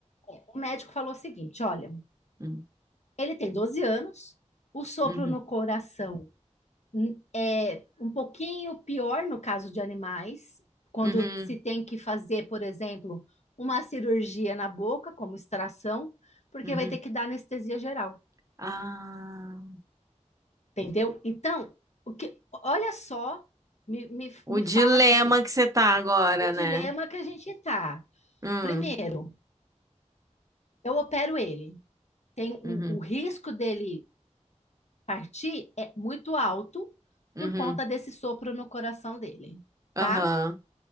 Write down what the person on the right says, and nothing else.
Uhum.
uhum.
Uhum,
uhum.
Ah,
o
dilema
que você tá agora,
né?
Hum,
uhum,
uhum,
aham.